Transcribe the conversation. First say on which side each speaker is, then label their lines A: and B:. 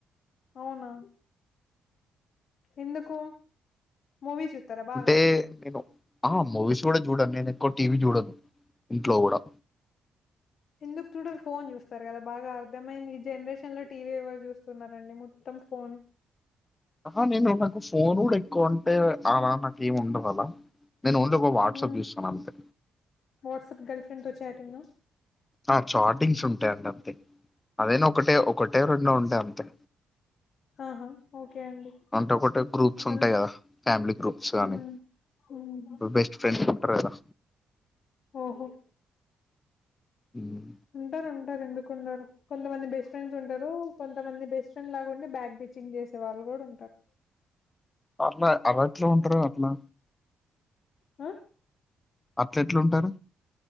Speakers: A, on the left (about 60°); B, on the left (about 25°).
A: అవునా ఎందుకు మూవీస్ూతార బాగా
B: అంటే నేను ఆ మూవీస్ కూడా చూడను నేను ఎక్కువ టీవీ చూడను ఇంట్లో కూడా
A: ఎందుకు చూడం ఫోన్ చూస్తారు కదా బాగా అర్ధమైంది ఈ జనరేషన్ లో టీవీ ఎవరు చూస్తున్నారండి మొత్తం ఫోన్
B: ఆ నేను నాకు ఫోన్ కూడా ఎక్కువ అంటే అలా నాకేమి ఉండదు నేను ఓన్లీ ఒక వాట్సాప్
A: మ్మ్.
B: చూస్తాను అంతే
A: వాట్సాప్ గర్ల్ ఫ్రెండ్ తో చాటింగ్
B: ఆ చార్టింగ్స్ ఉంటాయంండి అంతే అదేనా ఒకటే ఒకటే రెండో ఉంటాయి అంతే
A: ఆహా ఓకే అండి
B: అంటే ఒకట గ్రూప్స్ ఉంటాయి
A: అన్
B: కదా ఫ్యామిలీ గ్రూప్స్ కానీ
A: మ్మ్. మ్మ్.
B: బెస్ట్ ఫ్రెండ్స్ ఉంటారు కదా
A: ఆహా
B: ఉమ్.
A: ఉంటారు ఉంటారు ఎందుకు అ కొంతమంది బెస్ట్ ఫ్రెండ్స్ ఉంటారు కొంతమంది బెస్ట్ ఫ్రెండ్ లాగాంే బ్యాక్ బిచింగ్ చేసే వాళ్ళు కూడా ఉంటారు
B: అట్లా అలాట్లా ఉంటారు అట్లా
A: ఆ
B: అట్ల ఎట్లుంటారు